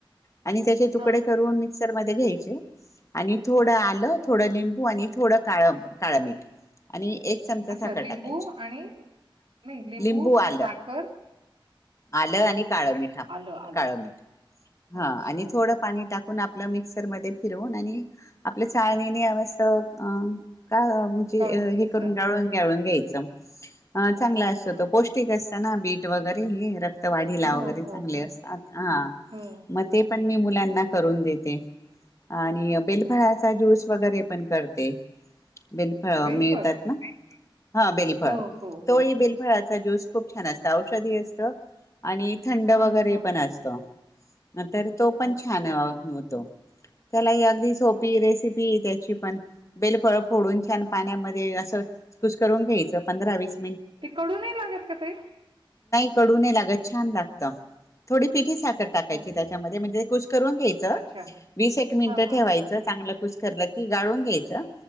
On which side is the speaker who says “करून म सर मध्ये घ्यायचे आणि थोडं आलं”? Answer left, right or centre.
Left